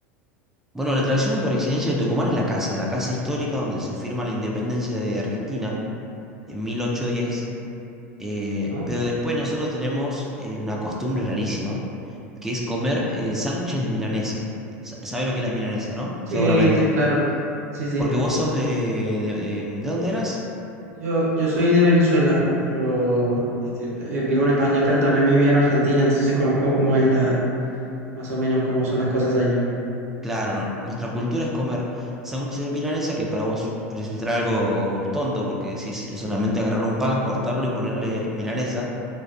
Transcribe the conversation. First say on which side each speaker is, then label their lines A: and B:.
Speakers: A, in the centre; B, on the right.
A: Bueno, la atracción por excelencia de Tucumán es la casa, la casa histórica donde se firma la independencia de Argentina en 1810, eh,
B: Ujú.
A: pero después nosotros tenemos eh, una costumbre rarísima, que es comer eh, sándwiches de milanesa. Sa- ¿Sabes lo que es la milanesa, no?
B: Sí,
A: Seguramente.
B: sí, claro. Sí, sí.
A: Porque vos sos de, de, de- ¿de dónde eras?
B: Yo, yo soy de Venezuela, pero este, eh, vivo en España, pero también vivía en Argentina, entonces conozco cómo es la, más o menos cómo son las cosas allí.
A: Claro, no, nuestra cultura es comer sándwiches de milanesa que para vos resultará algo tonto porque decís, es solamente agarrar un pan, cortarlo y ponerle milanesa.